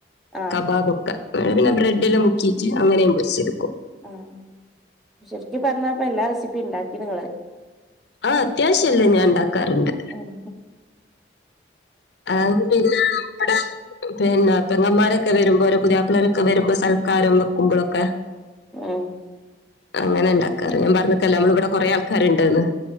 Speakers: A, in the centre; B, on the left.
A: ആഹ്
B: കബാബൊക്കെ, പിന്നെ ബ്രെഡില് മു മുക്കീട്ട്, അങ്ങനെയും പൊരിച്ചെടുക്കും.
A: ആഹ്, ശെരിക്കും പറഞ്ഞപ്പ എല്ലാ രസിപ്പിണ്ടാക്കിണ് ഇങ്ങള്
B: ആഹ് അത്യാവശ്യല്ലം ഞാൻ ഇണ്ടാക്കാറ്ണ്ട്.
A: ഉം
B: ആഹ് പിന്നെ ഇവടെ പിന്നെ പെങ്ങമാരൊക്കെ വരുമ്പോ ഓരെ പുതിയപ്പളാരൊക്കെ വരുമ്പോ സൽക്കാരം വെക്കുമ്പളൊക്കെ
A: ആഹ്
B: അങ്ങനെ ഇണ്ടാക്കാറ്, ഞാൻ പറഞ്ഞക്കല്ലാ നമ്മളിവിടെ കൊറേ ആൾക്കാര്ണ്ട്ന്ന്.